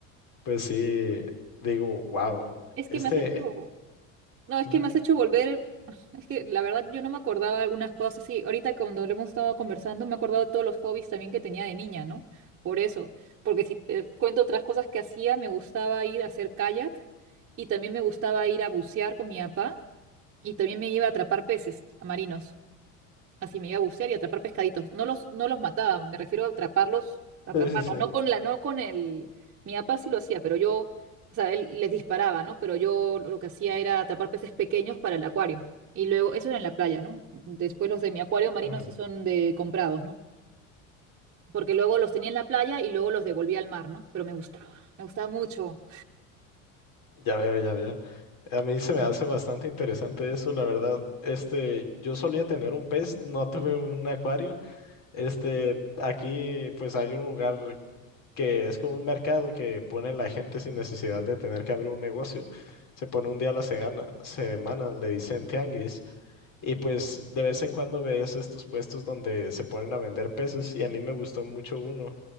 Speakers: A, on the left; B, on the right.
A: pues sí, digo, wow,
B: es
A: este...
B: que me has hecho, No, es
A: ujú,
B: que me has hecho volver, <laughs> es que la verdad yo no me acordaba de algunas cosas así. Ahorita cuando lo hemos estado conversando me he acordado de todos los hobbies también que tenía de niña, ¿no? Por eso, porque si te cuento otras cosas que hacía, me gustaba ir a hacer kayak y también me gustaba ir a bucear con mi papá y también me iba a atrapar peces marinos. Así me iba a bucear y atrapar pescaditos. No los, no los mataba, me refiero a atraparlos, atraparlos.
A: Sí, sí, sí.
B: No con la, no con el. Mi papá sí lo hacía, pero yo, o sea, él les disparaba, ¿no? Pero yo lo que hacía era atrapar peces pequeños para el acuario. Y luego, eso era en la playa, ¿no? Después los de mi acuario marino
A: ujú,
B: sí son de comprados, ¿no? Porque luego los tenía en la playa y luego los devolvía al mar, ¿no? Pero me gustaba, me gustaba mucho.
A: Ya veo, ya veo. A mí se me hace bastante interesante eso, la verdad. Este, yo solía tener un pez, no tuve un acuario. Este, aquí pues hay un lugar que es como un mercado que pone la gente sin necesidad de tener que abrir un negocio. Se pone un día a la segana- semana, le dicen tianguis, y pues de vez en cuando ves estos puestos donde se ponen a vender peces, y a mí me gustó mucho uno.